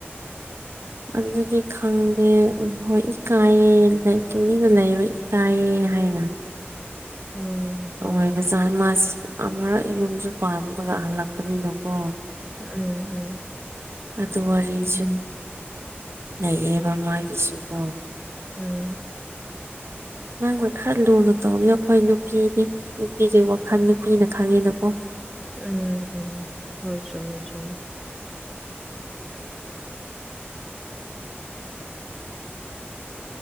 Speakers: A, on the right (about 75°); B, in the centre.
A: ꯑꯗꯨꯗꯤ ꯈꯪꯗꯦ ꯍꯣꯏ ꯏꯀꯥꯏꯔꯦꯅ ꯇꯨꯃꯤꯟꯅ ꯂꯩꯕ ꯀꯥꯏꯌꯦ ꯍꯥꯏꯅ
B: ꯎꯝ ꯍꯣꯏ
A: ꯑꯣꯏꯕ <unintelligible> ꯃꯥꯁꯤ ꯑꯃꯥꯔꯛ ꯌꯨꯝꯁꯨ ꯄꯥꯟꯕꯥꯒ ꯍꯜꯂꯛꯄꯅꯤꯅꯀꯣ
B: ꯎꯝ ꯎꯝ
A: ꯑꯗꯨ ꯋꯥꯔꯤꯁꯨ
B: ꯎꯝ
A: ꯂꯩꯌꯦꯕ ꯃꯥꯒꯤꯁꯨꯀꯣ
B: ꯎꯝ
A: ꯅꯪꯅ ꯈꯔ ꯂꯨꯅ ꯇꯧꯕꯤꯌꯣ ꯑꯩꯈꯣꯏ ꯅꯨꯄꯤꯗꯤ ꯅꯨꯄꯤꯒꯤ ꯋꯥꯈꯜ ꯅꯨꯄꯤꯅ ꯈꯪꯉꯤꯅꯀꯣ
B: ꯎꯝ ꯎꯝ ꯍꯣꯏ ꯆꯨꯝꯃꯦ ꯆꯨꯨꯝꯃꯦ